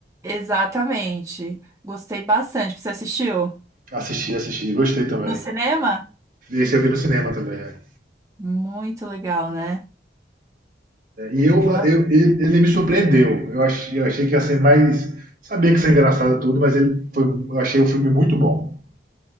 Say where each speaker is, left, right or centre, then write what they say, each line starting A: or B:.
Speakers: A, on the right (about 15°); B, on the right (about 50°).
A: Exatamente. Gostei bastante. Você assistiu?
B: Assisti, assisti, gostei também.
A: No cinema?
B: Esse eu vi no cinema também. é.
A: Muito legal, né?
B: E eu,
A: Eu, a-
B: eu- ele, ele me surpreendeu. Eu achei, eu achei que ia ser mais. Sabia que ia ser engraçado tudo, mas ele foi, eu achei o filme muito bom,